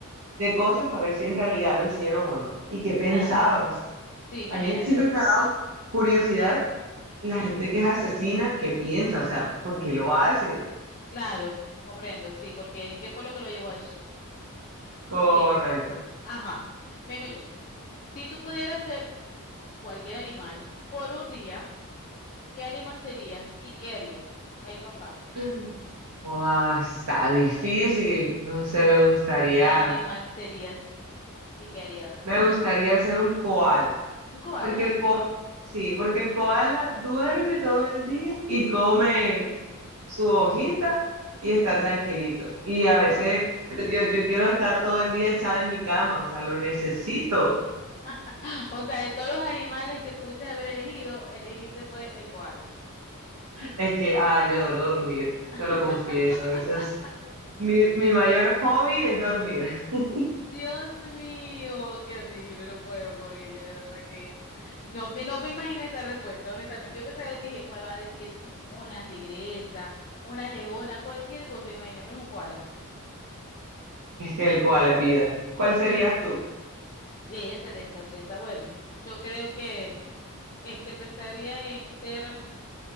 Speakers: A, on the right; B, on the left.
A: de cosas, para ver si en realidad lo hicieron o no. Y qué pensaban,
B: claro.
A: o
B: Sí, imagínate.
A: A mí siempre me ha dado curiosidad la
B: Ujú,
A: gente que es asesina, que piensa, o sea, ¿por qué lo hace?
B: Claro, comprendo, sí, porque ¿qué fue lo que lo llevó a eso?
A: Correcto.
B: Así es. Ajá, vengo yo. Si tú pudieras ser cualquier animal por un día, ¿qué animal serías y qué harías? Ay, papá,
A: Mm. Guau, está difícil. No sé, me gustaría,
B: ¿qué animal serías y qué harías?
A: me gustaría ser un koala,
B: Un koala.
A: porque el koala, sí, porque el koala duerme todo el día y come su hojita y está tranquilito. Y a veces yo, yo quiero estar todo el día echada en mi cama, o sea, lo necesito.
B: <laughs> O sea, de todos los animales que pudiste haber elegido, elegiste fue el koala.
A: Es que, ah, yo adoro dormir, te
B: <laughs>
A: lo confieso. Ese es mi, mi mayor hobby es dormir. <laughs>
B: Dios mío, qué horrible, no puedo con ella, de verdad que no, me- no me imaginé esa respuesta, honestamente. Yo pensé, dije, "Va- va a decir una tigresa, una leona, cualquier cosa, imagínate, menos un koala.
A: Es que el cual es vida. ¿Cuál serías
B: Yo no,
A: tú?
B: Értale, esa, o sea, está bueno. Yo creo que este pensaría en ser, mm,